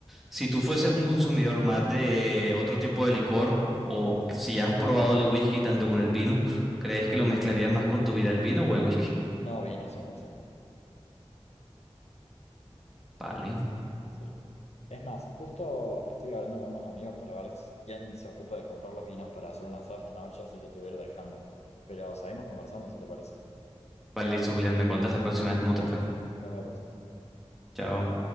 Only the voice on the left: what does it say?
No, vino, 100%.
Sí. Es más, justo estoy hablando con unos amigos para ver si- quién se ocupa de comprar los vinos para hacer un asado esta noche, así que te voy a ir dejando. Pero seguimos conversando si te parece.
Nos vemos.